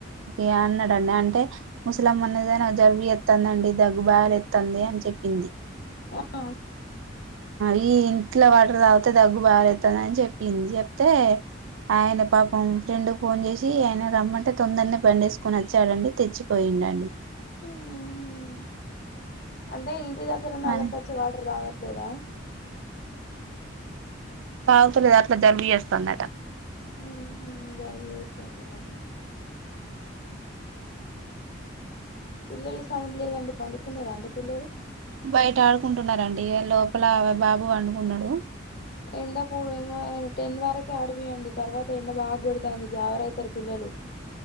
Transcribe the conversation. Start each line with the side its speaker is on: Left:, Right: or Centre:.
Right: యా ఉన్నాడండి అంటే ముసలమ్మ అన్నదనా జలుబు చేత్తందండి దగ్గు బాగా తేతాంది అని చెప్పింది
Left: <unintelligible>
Right: మీ ఇంట్లో వాటర్ తాగితే దగ్గు బాగాలేతుందిని చెప్పింది చెప్తే ఆయన పాపం ఫ్రెండ్ ఫోన్ చేసి ఆయన రమ్మంటే తొందరనే బండిసుకుని వచ్చాడండి తెచ్చిపోయి ఇనండి
Left: హ్మ్ అంటే ఇ ఇంటి దగ్గరన్న
Right: మరి
Left: అలాక వచ్చి వాటర్ తాగట్లేదా
Right: కావతులేదు అట్లా జలుబు చేస్తుందంట
Left: ఉమ్ జలుబు చేస్తోందా పిల్లలు సౌండ్ లేదండి పడుకున్నారా అండి పిల్లలు
Right: బయట ఆడుకుంటున్నారండి లోపల బాబు పడుకున్నాడు
Left: ఎండ పూర్వ ఏం టెన్వరకే ఆడు <unintelligible> తర్వాత ఎండ బాగా కొడతాంది గరైతారు పిల్లలు